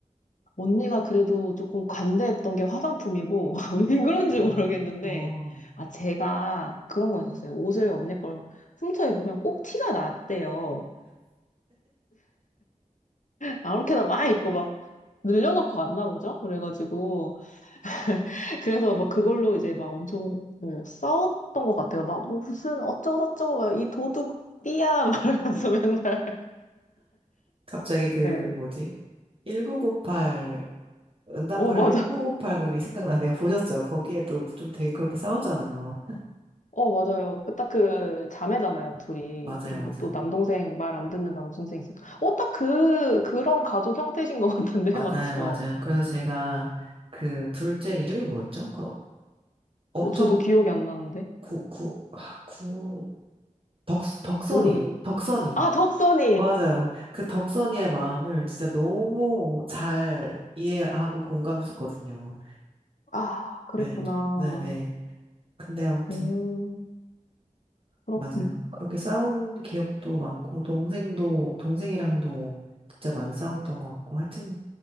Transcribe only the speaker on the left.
언니가 그래도 조금 관대했던 게 화장품이고, <laughs> 왜 그런지
모르겠는데,
아, 제가 그런 거 있었어요 옷을 언니 걸 훔쳐 입으면 꼭 티가 났대요. 아무렇게나 막 입고 막 늘려놓고 왔나 보죠? 그래가지고. <laughs> 그래서 막 그걸로 이제 막 엄청 뭐 싸웠던 것 같아요. 막 뭐 무슨 어쩌고저쩌고 막 이 도둑 띠야 <laughs> 말하면서 맨날.
네.
오, 맞아요.
어, 맞아요. 그 딱 그 자매잖아요, 둘이.
그리고
또 남동생 말 안 듣는 남동생 있었. 어, 딱 그, 그런 가족 형태신 것 같은데,
<laughs> 맞죠?
어, 저도 기억이 안 나는데.
모르겠.
아, 덕선이!
아, 그랬구나.
음, 그렇군나